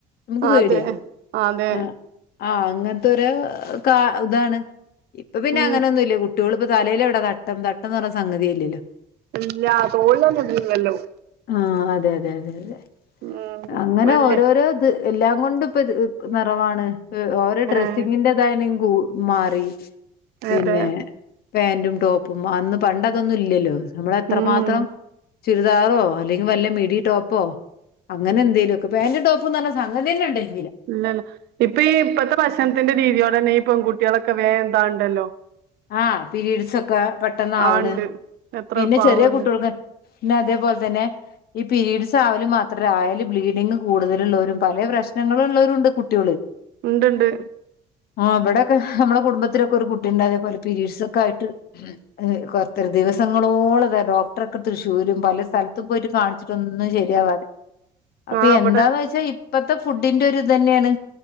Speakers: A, on the left; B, on the right.
A: നമുക്ക്
B: അതെ
A: പേടിയാ
B: അതെ
A: ആ ആ അങ്ങൻത്തൊരു കാ ഇതാണ് ഇപ്പൊ പിന്നെ
B: ഉം
A: അങ്ങനൊന്നുല്ല കു ട്ട്യോള്പ്പോ തലേലെവടെ തട്ടം തട്ടന്ന് പറഞ്ഞ സംഗത്യേല്ലല്ലോ
B: ഇല്ല തോളിലൊന്നും ഇടില്ലല്ലോ
A: ആ അതെ അതെ അതെ
B: ഉം
A: അങ്ങനെ
B: വല്യ
A: ഓരോരോത് എല്ലാങൊണ്ടും ഇപ്പൊ നിറവാണ് ഓരോ ഡ്രെസ്സിങ്ങിന്റെതായനെ
B: ഏഹ്
A: കൂ മാറി പിന്നെ
B: അതെ
A: പാന്റും ടോപ്പും അന്ന് പണ്ടതൊന്നും ഇല്ലല്ലോ നമ്മളെത്രമാത്രം
B: ഉം
A: ച് ചുരിദാറോ അല്ലെങ്കി വല്ല മിടി ടോപ്പോ അങ്ങനെന്തെലൊക്കെ പാൻ്റും ടോപ്പു ന്നർഞ്ഞ അങ്ങനെ നെണ്ടെയ്
B: ഇല്ലല്ല ഇപ്പൊ ഈ ഇപ്പത്തെ ഭക്ഷനത്തിന്റെ രീതിയോടെന്നെ ഈ പെൺകുട്ടികളൊക്കെ വേന്താവ്ണ്ടല്ലോ.
A: ആഹ് പിരീഡ്സൊക്കെ പെട്ടെന്നാവ്ണ്.
B: ആ ഇണ്ട് എത്ര
A: പിന്നെ
B: പാവണ്ട്
A: ചെറ്യേ കുട്ട്യൾക്കൻ പിന്നെ അതേപോൽതന്നെ ഈ പീരീഡ്സ് ആവല് മാത്രല്ല ആയാല് ബ്ലീഡിങ് കൂടുതല്ള്ളോരും പലേ പ്രശ്നങ്ങള് ള്ളോരുണ്ട് കുട്ട്യോള്.
B: ഇണ്ട്ണ്ട്.
A: ആഹ് ഇബടെക്കെ അമ്മളെ കുടുംബത്തിലൊക്കെ ഒര് കുട്ടിണ്ടതേപൊലെ പരീഡ്സൊക്കായിട്ട് ഉം പ <unintelligible> ദിവസങ്ങളോളം <unintelligible> ഡോക്ടറൊക്കെ തൃശ്ശൂരും പല സ്ഥ ല്ത്ത് പോയിട്ട് കാണിച്ചിട്ടൊന്നും ശെര്യാവാതെ അപ്പൊ
B: ആ ഇവിടെ
A: എന്താന്നോച്ചാ ഇപ്പത്തെ ഫുഡിന്റെ ഒര് ഇതെന്നെണ്.